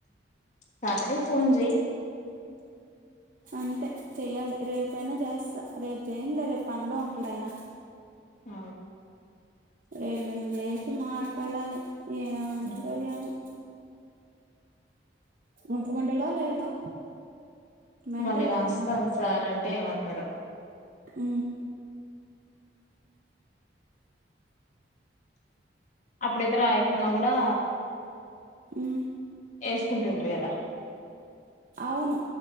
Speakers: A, on the left; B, on the right.
A: సాటడే ఫోన్ చేయి
B: అంతే చెయ్యాలి రేపయినా చేస్తా రేపు చేయనులే రేపు పనిలో ఉంటాడు అయినా
A: ఆ
B: ఎల్లుండి చేసి మాట్లాడాలి ఏమంటడో
A: ఉమ్.
B: ఏమో ఒప్పుకుంటడో లేదో మెంటల్
A: మళ్ళీ వస్తాం
B: కదా మన్
A: సార్ అంటే ఏమంటడో
B: ఆ
A: అప్పుడైతే రాయకున్నా కూడా
B: ఆ
A: వేసుకుంటుంటరు కదా
B: అవును